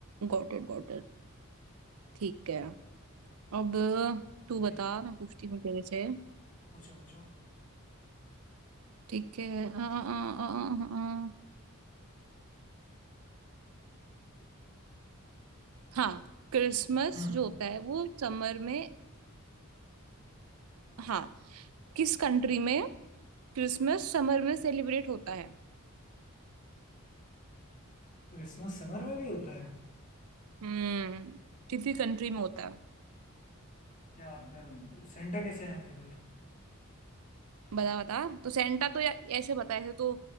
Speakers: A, on the right; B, on the left.
A: Got it got it ठीक है अब
B: अरे,
A: तू बता मैं पूछती हूँ तेरे से
B: पूछो पूछो
A: ठीक है आ, आ, आ, आ, आ, हाँ क्रिसमस
B: हम्म
A: जो होता है वो समर में हाँ किस कंट्री में क्रिसमस समर में सेलिब्रेट होता है
B: क्रिसमस समर में भी होता है
A: हम्म किसी कंट्री में होता है
B: क्या बात कर रहे हो? सेंटा कैसे आएंगे फिर
A: बता बता तो सेंटा तो या, ऐसे बता ऐसे तो